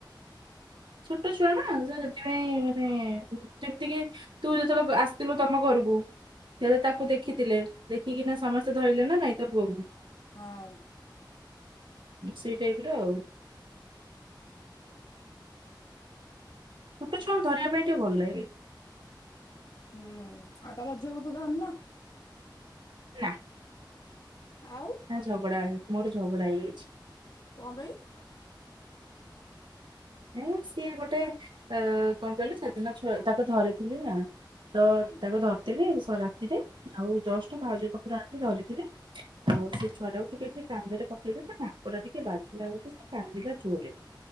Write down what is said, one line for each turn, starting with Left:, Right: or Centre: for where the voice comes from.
Right: ଛୋଟ ଛୁଆ ନା ସେ ସେଥିପାଇଁ ମାନେ ଯେମିତି କିି ତୁ ଯେତେବେଳେ ଆସିଥିଲୁ ତମ ଘରକୁ ସେ ତାକୁ ଦେଖିଥିଲେ। ଦେଖିକିନା ସମସ୍ତେ ଧଇଲେ ନା ନାଇଁ ତୋ ପୁଅକୁ।
Left: ହଁ।
Right: ସେଇ ଟାଇପ୍ ର ଆଉ। ଛୋଟ ଛୁଆଙ୍କୁ ଧରିବା ପାଇଁ ଟିକେ ଭଲ ଲାଗେ।
Left: ହୁଁ ଆଉ ତମ ଝିଅ କୁ ଧରନୁ।
Right: ନାଁ।
Left: ଆଉ
Right: ହଁ ଝଗଡା ହେବେ। ମୋର ଝଗଡା ହେଇଯାଇଛି।
Left: କଁ ପାଇଁ।
Right: ଏଁ ସିଏ ଗୋଟେ ଆ କଣ କହିଲୁ ସେଦିନ ତାକୁ ଧରିଥିଲି ନା। ତ
Left: ହୁଁ
Right: ତାକୁ ଧର ରାତିରେ ଆଉ ଜଷ୍ଟ ଭାଉଜ ପାଖରୁ ଆଣିକି ଧରିଥିଲେ। ଆଉ ସେ ଛୁଆ ଟାକୁ ଟିକେ ଟିକେ କାନ୍ଦରେ ପକେଇଲେ ସେ ନାକ ଟା ଟିକେ ବାଜିଲା ବେଳକୁ ସେ କାନ୍ଦିଲା ଜୋରେ।